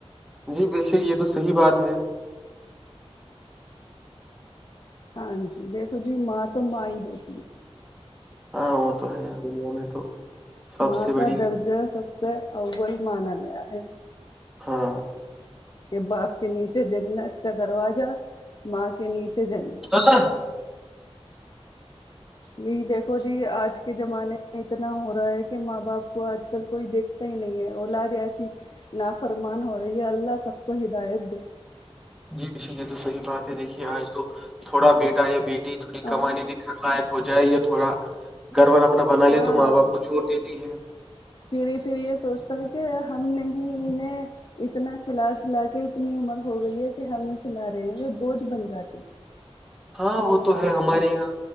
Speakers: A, in the centre; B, on the left.
A: جی بے شک یہ تو صحیح بات ہے
B: ہاں جی دیکھو جی ماں تو ماں ہی ہوتی ہے
A: ہاں وہ تو ہے دنیا میں تو سب
B: ماں
A: سے بڑی
B: کا درجہ سب سے اول مانا گیا ہے
A: ہاں
B: کہ باپ کے نیچے جنت کا دروازہ ماں کے نیچے جنت
A: ه
B: یہی دیکھو جی آج کے زمانے اتنا ہو رہا ہے کہ ماں باپ کو آج کل کوئی دیکھتا ہی نہیں ہے اولاد ایسی نافرمان ہو رہی ہے اللہ سب کو ہدایت دے
A: جی جی یہ تو صحیح بات ہے دیکھیے آج تو تھوڑا بیٹا یا بیٹی تھوڑی
B: ہاں
A: کمانے کے لائق ہو جائے یا تھوڑا گھر وھر اپنا بنا
B: ہاں
A: لے تو ماں باپ کو چھوڑ دیتی ہے
B: پھر ہی پھر یہ سوچتا ہے کہ ہم نہیں انہیں اتنا کھلا کھلا کے اتنی عمر ہو گئی ہے کہ ہم ہی کھلا رہے ہیں بوجھ بن جاتے
A: ہاں وہ تو ہے ہمارے یہاں